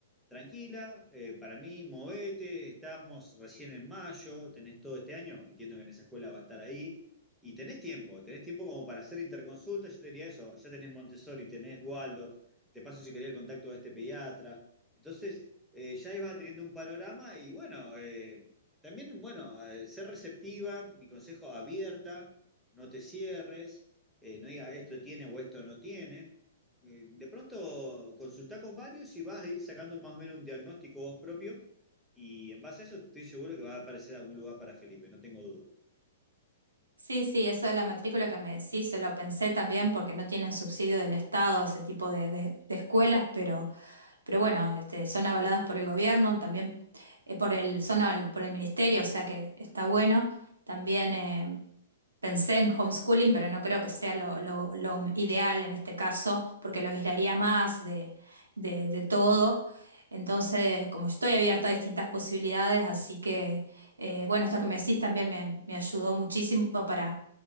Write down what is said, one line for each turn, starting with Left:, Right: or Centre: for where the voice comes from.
Centre: tranquila, eh, para mí, movete, estamos recién en mayo, tenés todo este año, entiendo que en esa escuela va a estar ahí. Y tenés tiempo, tenés tiempo como para hacer interconsulta, yo te diría eso, ya tenés Montessori, tenés Waldorf, te paso si querés el contacto de este pediatra, entonces, eh, ya ibas teniendo un panorama y bueno, eh, también, bueno, eh, ser receptiva, mi consejo, abierta, no te cierres, eh, no digas esto tiene o esto no tiene. Eh, de pronto, consultá con varios y vas a ir sacando más o menos un diagnóstico vos propio y en base a eso estoy seguro que va a aparecer algún lugar para Felipe, no tengo duda.
Right: Sí, sí, eso de la matrícula que me decís, se lo pensé también porque no tienen subsidio del Estado, ese tipo de, de- de escuelas, pero, pero bueno, este, son avaladas por el gobierno, también eh, por el, son aval- por el ministerio, o sea que está bueno. También eh, pensé en homeschooling, pero no creo que sea lo, lo- lo ideal en este caso, porque lo aislaría más de, de, de todo. Entonces, como estoy abierta a distintas posibilidades, así que... Eh, bueno, esto que me decís también me, me ayudó muchísimo para,